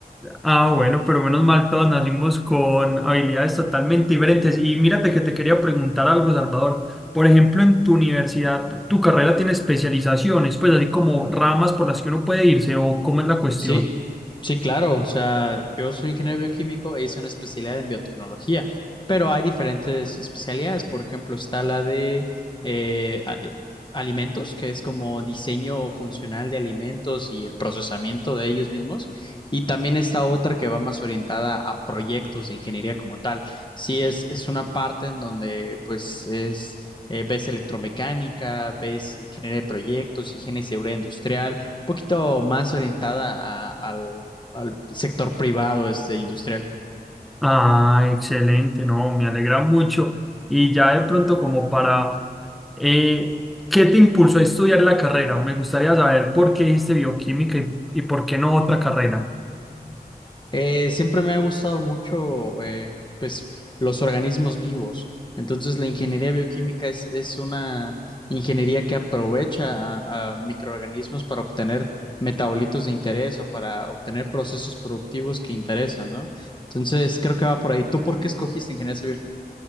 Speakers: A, in the centre; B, on the left (about 30°).
A: Ah, bueno, pero menos mal, todos nacimos con habilidades totalmente diferentes. Y mírate que te quería preguntar algo, Salvador. Por ejemplo, en tu universidad, ¿tu carrera tiene especializaciones, pues así como ramas por las que uno puede irse o cómo es la cuestión?
B: Sí, sí, claro. O sea, yo soy ingeniero bioquímico e hice una especialidad en biotecnología, pero hay diferentes especialidades. Por ejemplo, está la de eh, a- eh, alimentos, que es como diseño funcional de alimentos y el procesamiento de ellos mismos. Y también está otra que va más orientada a proyectos de ingeniería como tal. Sí, es, es una parte en donde pues es... eh, ves electromecánica, ves ingeniería de proyectos, higiene y seguridad industrial, poquito más orientada a- al, al sector privado, este, industrial.
A: Ah, excelente, no, me alegra mucho. Y ya de pronto como para, eh, ¿qué te impulsó a estudiar la carrera? Me gustaría saber por qué dijiste bioquímica y, y por qué no otra carrera.
B: Eh, siempre me ha gustado mucho, eh, pues, los organismos vivos. Entonces, la ingeniería bioquímica es, es una ingeniería que aprovecha a, a microorganismos para obtener metabolitos de interés o para obtener procesos productivos que interesan, ¿no? Entonces, creo que va por ahí. ¿Tú por qué escogiste ingeniería civil?